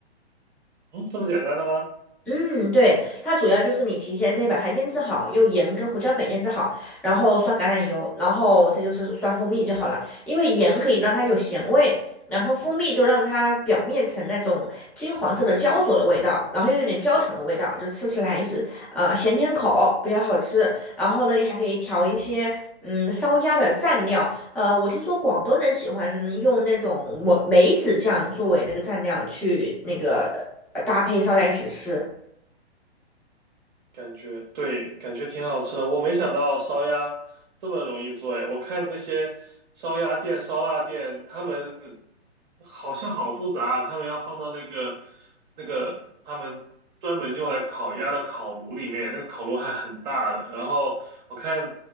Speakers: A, on the right; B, in the centre.
A: 嗯，这么简单的吗？
B: 嗯，对，它主要就是你提前得把它腌制好，用盐跟胡椒粉腌制好，然后刷橄榄油，然后这就是刷蜂蜜就好了。因为盐可以让它有咸味，然后蜂蜜就让它表面呈那种金黄色的焦灼的味道，然后又有点焦糖的味道，就吃起来就是呃咸甜口，比较好吃。然后呢，你还可以调一些嗯烧鸭的蘸料，呃，我听说广东人喜欢用那种梅梅子酱作为那个蘸料去那个呃搭配烧鸭一起吃。
A: 感觉对，感觉挺好吃的。我没想到烧鸭这么容易做哎，我看那些烧鸭店、烧腊店，他们好像好复杂啊，他们要放到那个那个他们专门用来烤鸭的烤炉里面，那个烤炉还很大的。然后我看